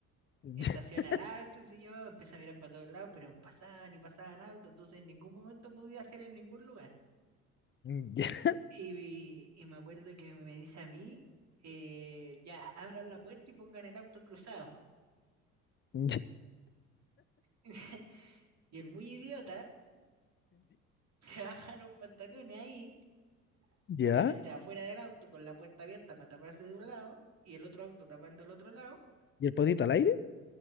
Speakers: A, on the left (about 25°); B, on the right (about 40°).
A: <laughs>
B: Estaciona el auto, y yo, empiezo a mirar para todos lados, pero pasaban y pasaban autos, entonces en ningún momento podía hacer en ningún lugar.
A: <laughs>
B: Y, vi- y me acuerdo que me dice a mí, eh, ya, abran la puerta y pongan el auto cruzado.
A: <laughs>
B: <laughs> Y el muy idiota <laughs> se bajaron pantalones ahí,
A: ¿Ya?
B: obviamente afuera del auto con la puerta abierta para taparse de un lado y el otro auto tapando el otro lado.
A: ¿Y el potito al aire?